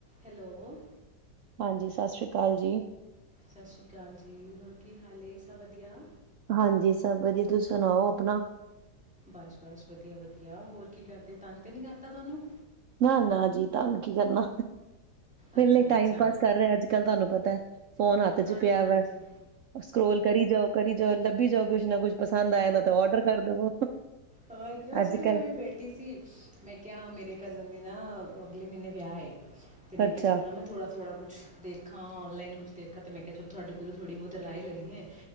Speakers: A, in the centre; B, on the right (about 80°).
A: ਹੈਲੋ।
B: ਹਾਂਜੀ, ਸਤਿ ਸ੍ਰੀ ਅਕਾਲ ਜੀ।
A: ਸਤਿ ਸ਼੍ਰੀ ਅਕਾਲ ਜੀ, ਹੋਰ ਕੀ ਹਾਲ ਸਭ ਵਧੀਆ?
B: ਹਾਂਜੀ ਸਭ ਵਧੀਆ। ਤੁਸੀਂ ਸੁਣਾਓ ਆਪਣਾ?
A: ਬਸ- ਬਸ, ਵਧੀਆ- ਵਧੀਆ, ਹੋਰ। ਕੀ ਕਰਦੇ, ਤੰਗ ਤੇ ਨੀ ਕਰਤਾ ਤੁਹਾਨੂੰ।
B: ਨਾ-ਨਾ ਜੀ ਤੰਗ ਕੀ ਕਰਨਾ। ਪੇਲੇ
A: ਅੱਛਾ
B: ਟਾਈਮ
A: ਅੱਛਾ
B: ਪਾਸ ਕਰ ਰਿਹਾ, ਅੱਜ ਕੱਲ ਤੁਹਾਨੂੰ ਪਤਾ ਦਾ। ਫੋਨ ਹੱਥ 'ਚ
A: ਹਾਂਜੀ
B: ਪਿਆ
A: ਹਾਂਜੀ
B: ਵੈ, ਸਕਰੋਲ ਕਰੀ ਜਾਓ, ਕਰੀ ਜਾਓ, ਲੱਭੀ ਜਾਓ‌। ਕੁੱਛ ਨਾ ਕੁਛ। ਪਸੰਦ ਆਇ ਨਾ, ਤੇ ਔਡਰ ਕਰ ਦੇਵੋ।
A: ਹਾਂਗੇ ਵ
B: ਅੱਜ-ਕੱਲ
A: ਸਹੀ, ਮੈਂ ਵੀ ਬੈਠੀ ਸੀ। ਮੈਂ ਕਿਹਾ ਮੇਰੇ ਕਜ਼ਨ ਦੀ, ਨਾ ਅਗਲੇ ਮਹੀਨੇ ਵਿਆਹ ਏ। ਤੇ ਮੈਂ
B: ਅੱਛਾ
A: ਕਿਹਾ, ਚੱਲਣਾ ਮੈਂ ਥੋੜ੍ਹਾ- ਥੋੜ੍ਹਾ ਕੁਛ ਦੇਖਾਂ, ਔਨਲਾਈਨ ਕੁਛ ਦੇਖ। ਾ ਮੈਂ ਕਿਹਾ ਚਲੋ ਮ, ਤੁਹਾਡੇ ਕੋਲ ਥੋੜੀ ਬਹੁਤ ਰਾਹਹੀਂ ਲੈ ਲਈ ਹੈ।